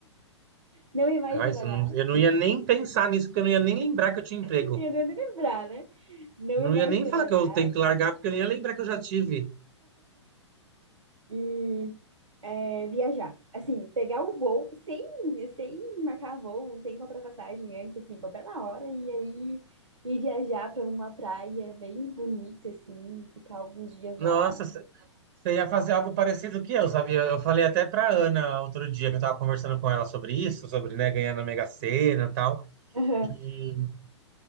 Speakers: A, on the right (about 85°); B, on the right (about 45°).
A: não ir mais
B: Ah,
A: trabalhar.
B: isso não- eu não ia nem pensar nisso, porque eu não ia nem lembrar que eu tinha
A: <laughs>
B: emprego.
A: Nem eu devo lembrar, né? Não
B: Não
A: ir mais
B: ia nem
A: trabalhar
B: falar que eu tenho que largar, porque eu nem ia lembrar que eu já tive.
A: e é, viajar. Assim, pegar um voo sem, sem marcar voo, sem comprar passagem antes, assim, comprar na hora e aí ir viajar para uma praia bem bonita, assim, ficar alguns dias
B: Nossa,
A: lá.
B: você ia fazer algo parecido que eu, sabia? Eu falei até pra Ana outro dia, que eu tava conversando com ela sobre isso, sobre, né, ganhar na Mega Sena e tal.
A: Aham.
B: E